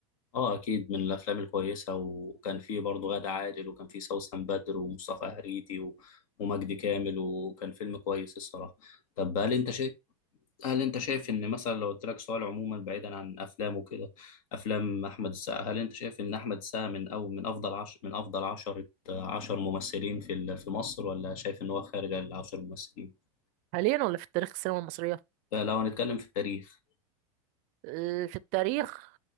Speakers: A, on the left; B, on the right.
A: اه اكيد من الافلام الكويسه وكان فيه برضه غادة عادل وكان فيه سوسن بدر ومصطفى هريتي و... ومجدي كامل وكان فيلم كويس الصراحه طب هل انت شايف هل انت شايف ان مثلا لو قلت لك سؤال عموما بعيدا عن افلام وكده افلام احمد السقا هل انت شايف ان احمد السقا من او من افضل عش من افضل عشرة عشر ممثلين في ال- في مصر ولا شايف ان هو خارج العشر ممثلين
B: حاليا ولا في التاريخ السينما المصرية
A: فلو هنتكلم في التاريخ
B: آه، في التاريخ